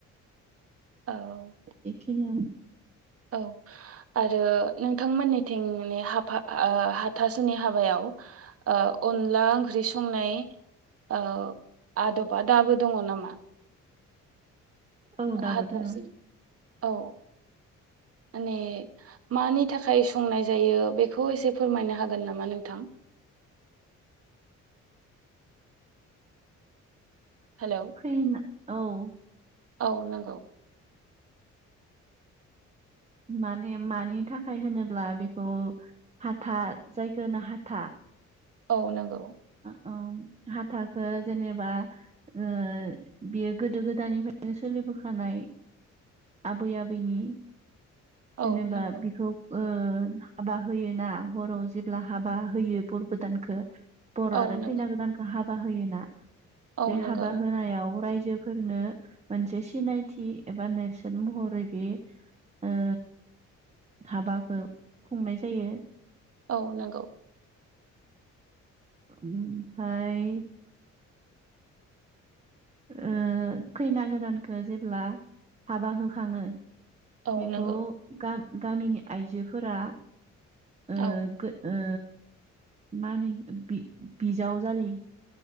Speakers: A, on the right; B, on the right.
A: औ
B: एखिनियानो
A: औ आरो नोंथांमोननिथिं नि हाफा ओ हाथासुनि हाबायाव ओ अनला ओंख्रि संनाय ओ आदबा दाबो दङ नामा?
B: औ दाबो
A: हाथासै
B: दोङो
A: औ माने मानि थाखाय संनाय जायो बेखौ एसे फोरमायनो हागोन नामा नोंथां? हेलौ
B: खैना‌ औ
A: औ नंगौ
B: माने मानि थाखाय होनोब्ला बेखौ हाथा जायखौ होनो हाथा
A: औ नंगौ
B: औ हाथाखौ जेनेबा ओ बियो गोदो गोदानिफ्रायनो सोलि लिबोखानाय आबै आबैनि जेनेबा
A: औ नंगौ
B: बिखौ ओ हाबा होयोना हराव जेब्ला हाबा होयो बर गोदानखौ बर
A: औ
B: आरो
A: नंगौ
B: खैना गोदानखौ हाबा होयोना
A: औ
B: बे
A: नंगौ
B: हाबा
A: नोंथां
B: होनायाव रायजो फोरनो मोनसे सिनायथि एबा नेरसोन महरै बे ओ हाबाखौ खुंनाय जायो
A: औ नंगौ
B: ओमफ्राय ओ खैना गोदानखौ जेब्ला हाबा होखाङो
A: औ
B: बेखौ
A: नंगौ
B: गा-गामिनि आयजोफोरा ओ
A: औ
B: गो ओ मा होनो बि-बिजाव जालि